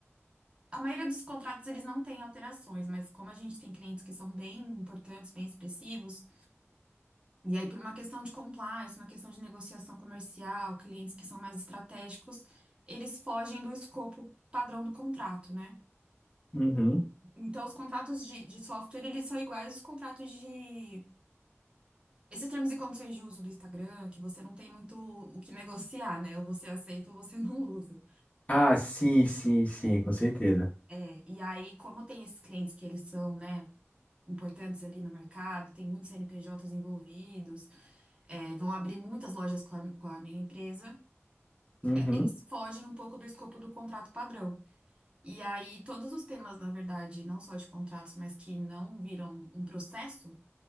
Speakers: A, on the right; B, on the left.
A: a maioria dos contratos eles não têm alterações, mas como a gente tem clientes que são bem importantes, bem expressivos, e aí por uma questão de compliance, uma questão de negociação comercial, clientes que são mais estratégicos, eles fogem do escopo padrão do contrato, né?
B: Uhum.
A: Então os contratos de, de software eles são iguais aos contratos de esses termos e condições de uso do Instagram, que você não tem muito o que negociar, né? Ou você aceita ou você <laughs> não usa.
B: Ah, sim, sim, sim, com certeza.
A: É, E aí, como tem esses clientes que eles são, né? importantes ali no mercado, tem muitos CNPJs envolvidos, é, vão abrir muitas lojas com a, com a minha empresa,
B: Uhum.
A: é, eles fogem um pouco do escopo do contrato padrão. E aí, todos os temas, na verdade, não só de contratos, mas que não viram um processo,